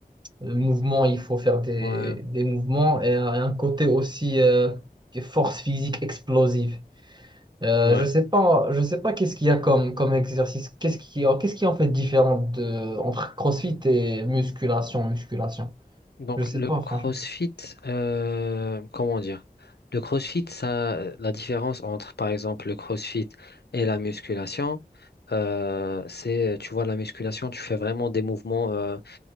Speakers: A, on the right (about 25°); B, on the left (about 80°).
A: mouvement, il faut faire des,
B: Ouais,
A: des mouvements et un, un côté aussi euh, force physique explosive. Euh,
B: ouais.
A: je sais pas, je sais pas qu'est-ce qu'il y a comme, comme exercice, qu'est-ce qui, qu'est-ce qui est en fait différent de, entre CrossFit et musculation, musculation.
B: Donc
A: Je sais
B: le
A: pas,
B: CrossFit,
A: franchement.
B: euh, comment dire? Le CrossFit, ça, la différence entre, par exemple, le CrossFit et la musculation, euh, c'est, tu vois, la musculation, tu fais vraiment des mouvements, euh,